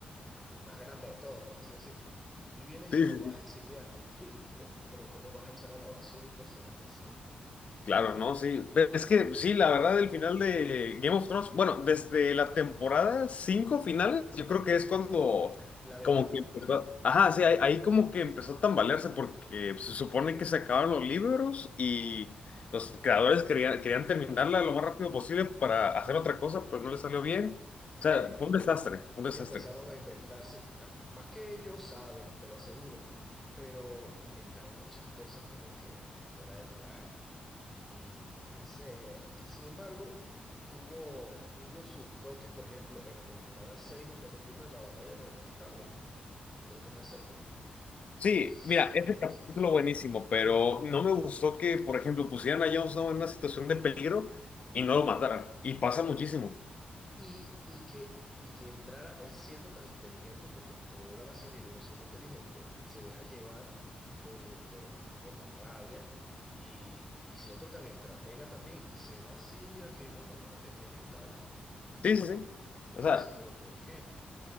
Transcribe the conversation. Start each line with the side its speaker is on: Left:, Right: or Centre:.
Centre: el más grande de todos, por así decirlo. Y vienes
Left: Sí,
Centre: y lo
Left: sí,
Centre: vas
Left: sí.
Centre: a exiliar. <laughs> Y, pero, pero ¿cómo vas a echar a la basura un personaje así?
Left: Claro, ¿no? Sí. Pero es que sí, la verdad, el final de Game of Thrones, bueno, desde la temporada 5 finales, yo creo que es cuando
Centre: La debacle.
Left: como que empezó, ajá, sí, ahí, ahí como que empezó a tambalearse porque se supone que se acabaron los libros y los creadores querían, querían terminarla lo más rápido posible para hacer otra cosa, pero no les salió bien.
Centre: Sí,
Left: O sea, fue un desastre, fue un desastre.
Centre: y empezaron a inventar, sí, bueno, más que ellos saben, te lo aseguro, pero inventaron muchas cosas como que fuera de lugar. Y no sé, sin embargo, tuvo, tuvo sus toques, por ejemplo, en la temporada 6 ¿no es cuando ocurre la batalla de los bastardos? Creo que es la seis ¿no?
Left: Sí,
Centre: seis
Left: mira, es el
Centre: empezando
Left: capítulo
Centre: la-
Left: buenísimo, pero no me gustó que, por ejemplo, pusieran a Jon Snow en una situación de peligro y no lo mataran. Y pasa muchísimo.
Centre: Y, y que, y que entrara él siendo tan inteligente, porque toda la serie vino siendo inteligente, se deja llevar por, por, por la rabia y, y siendo tan estratega también, y se va así a que, bueno, mátenme, ¿qué tal? No,
Left: Sí, sí, sí.
Centre: Y uno
Left: O sea,
Centre: dice, ¿pero por qué?